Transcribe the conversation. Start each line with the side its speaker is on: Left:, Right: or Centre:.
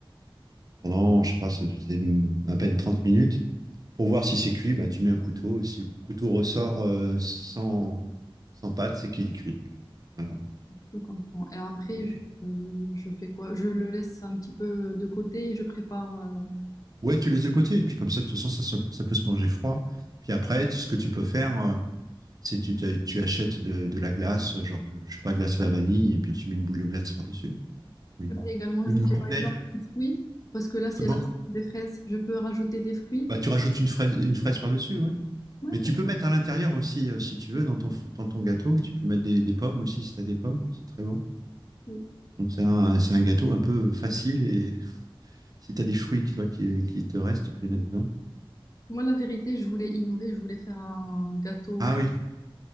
Right: pendant, je sais pas, c'est c'est à peine 30 minutes. Pour voir si c'est cuit, bah, tu mets un couteau. Et si le couteau ressort euh, sans, sans pâte, c'est qu'il est cuit. Voilà.
Left: Je comprends. Et après,
Right: Et-
Left: je, euh, je fais quoi? Je le laisse un petit peu de côté et je prépare. euh,
Right: Ouais, tu laisses de côté. Et puis comme ça, de toute façon, ça, se- ça peut se manger froid. Puis après, tu- ce que tu peux faire, euh, C'est tu, te- tu achètes de, de la glace, genre, je sais pas, glace à la vanille, et puis tu mets une boule de glace par-dessus. Oui.
Left: Je peux également
Right: Ou
Left: ajouter
Right: une quenelle.
Left: par exemple des fruits, parce que là c'est
Right: Comment?
Left: la saison des fraises. Je peux rajouter des fruits.
Right: Bah, tu rajoutes une fraise, une fraise par-dessus, ouais.
Left: Ouais,
Right: Mais tu
Left: de-
Right: peux mettre à l'intérieur aussi, euh, si tu veux, dans ton, f- dans ton gâteau. Tu peux mettre des, des pommes aussi, si tu as des pommes. C'est très bon.
Left: oui.
Right: Donc, c'est un, c'est un gâteau un peu facile. Et si tu as des fruits toi, qui, qui te restent, tu peux les mettre dedans.
Left: Moi la vérité, je voulais innover, je voulais faire un gâteau
Right: Ah oui,